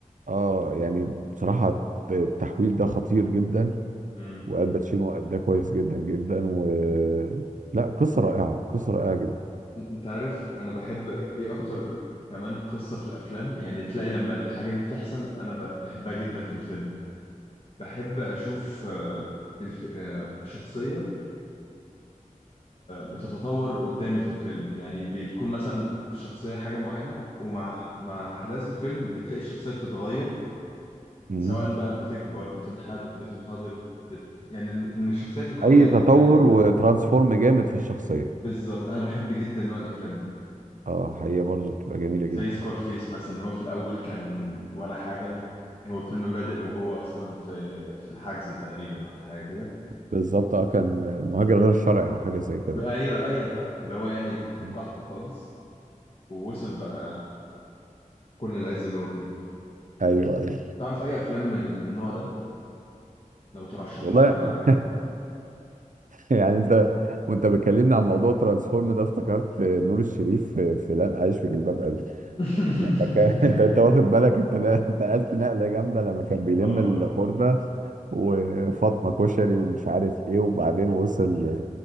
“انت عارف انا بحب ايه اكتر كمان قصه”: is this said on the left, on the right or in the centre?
Left